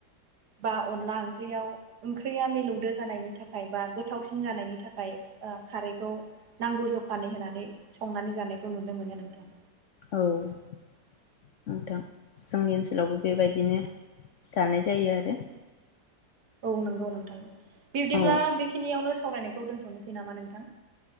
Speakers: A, on the right; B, on the left.
A: बा अनला ओंख्रियाव ओंख्रिया मिलौदो जानायनि थाखाय बा गोथावसिन जानायनि थाखाय ओ खारैखौ नांगौ जखानै होनानै संनानै जानायखौ नुनो मोनो नोंथां।
B: औ नोंथां, जोंनि ओनसोलावबो बेबायदिनो जानाय जायो आरो।
A: बुं नंगौ नोंथां। बिब्दिब्ला
B: औ
A: बेखिनियावनो सावरायनायखौ दोन्थ'नोसै नामा नोंथां?